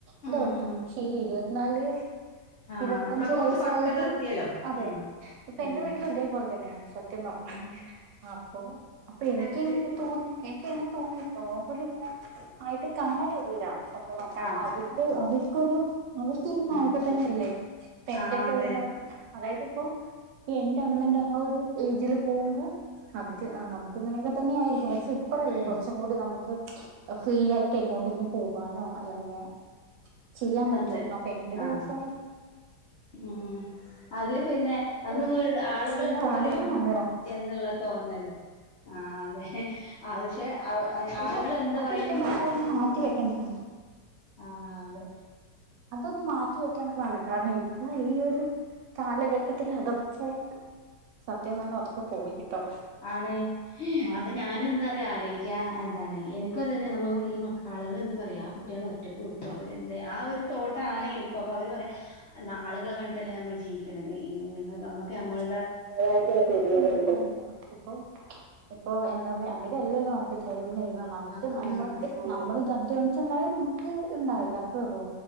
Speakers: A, on the left (about 60°); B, on the right (about 80°).
A: ഉം
B: ഇത് ഓക്കെ
A: ഉം
B: പക്ഷെ ഈ ഇരുപത്ത് ന്നാല്
A: ആഹ്
B: ഇരുവത്തഞ്ച്
A: അപ്പളൊക്കെ കൊറച്ച്
B: വയസ്സായിട്ടും
A: പക്വത എത്തിയല്ലോ
B: അതെ
A: ഉം
B: ഇപ്പ
A: ഉം
B: എന്റെ വീട്ടിലും ഇതേപോലെ തന്നെയാണ് ത്യം പർഞാ.
A: ഉം
B: അപ്പൊ അപ്പ എനിക്കും
A: തെറ്റ്
B: തോന്നി എ ക്ക് <unintelligible> തോന്നിയിട്ട്ണ്ടോ പക്ഷെ ഇങ്ങനെ ആയിട്ട് കാര്യവില്ല സ ത്യവാ. കാരണം
A: അതെ
B: അവര്ക്ക് അവര് ക്കൊരു അവർക്ക് ഈ പായൊക്കെ
A: ആഹ്
B: തന്നെയല്ലേ ടെന്റൊക്കെ
A: ആഹ് അതെ
B: <unintelligible> യുള്ള അതായത് ഇപ്പൊ എന്റെ അമ്മേന്റെ ആ ഒരു ഏജില് പോവ്മ്പോ അവർക്ക്
A: ഉം
B: നമ്മുക്ക് ഇങ്ങനെയൊക്കെ തന്നെയായിരിക്കും ക്ഷെ ഇപ്പഴല്ലേ
A: ഉം
B: കുറച്ചും കൂടി നമുക്ക് ഫ്രീ ആയിട്ട് എങ്ങോട്ടങ്കിലും പോവാനോ അല്ലങ്ങ്യാ ചെയ്യാം പറ്റോ
A: അതെ
B: അപ്പൊ എന്റെ ഒരു
A: ആഹ്
B: അഭിപ്രായത്തി
A: ഉം <unintelligible> അല്ലെ പിന്നെ അത് <unintelligible> നിങ്ങൾ
B: ഇങ്ങനെ
A: ആളുകൾ
B: ചെയ്യാൻ
A: എന്ത്
B: പാടില്ലാന്നാണ്
A: പറയും
B: കേട്ടോ
A: എന്നുള്ള തോന്നല് ആ.... <unintelligible> തെ അ <unintelligible> പക്ഷെ അവ
B: അത്
A: ആളുകൾ എന്ത്
B: അത്
A: പറയും
B: സത്യം പറഞ്ഞാ
A: എന്ന്
B: ഒന്ന് മാറ്റി വെക്കേണ്ടതാണ്
A: ആ ആ <unintelligible> അതെ
B: ന്ന് മാറ്റിവെക്കേണ്ടതാണ് കാരണം എ ഈ ഒരു കാലഘട്ടത്തിൽ അതൊക്കെ സത്യ <unintelligible> അതൊക്കെ പോയിട്ടോ
A: ആണ്
B: ആഹ്
A: അന്ന് ഞാനും എന്താ <unintelligible> പറയാലേ ആ ക്യാ എന്താണ് എനിക്കും അതുതന്നെയാ നമ്മ ഈ മക്ക ആളുകളെന്ത് പറയ ആ കുട്ടികൾ ഒറ്റക്ക് വിട്ടു അവരെന്ത് ആ ഒരു തോട്ടാണ് എനിക്കും അപ്പോൾ അവർ പറയാം ആളുകളെ കണ്ടിട്ടല്ലേ നമ്മൾ ജീവിക്കുന്നത് നിങ്ങൾക്ക് നമ്മുക്ക് നമ്മൾ
B: <unintelligible> <unintelligible> ഇപ്പോം എന്താ പറയാ അവര്ല്ലല്ലോ നമുക്ക് ചെലവി <unintelligible> ന്ന അ നമുക്ക്
A: ആ
B: നമ്മക്ക്
A: അതെ
B: നമ്മള് അധ്വാൻച്ചുണ്ടായൽ നമ ക്ക് ഇ ണ്ടായി ള്ളൂ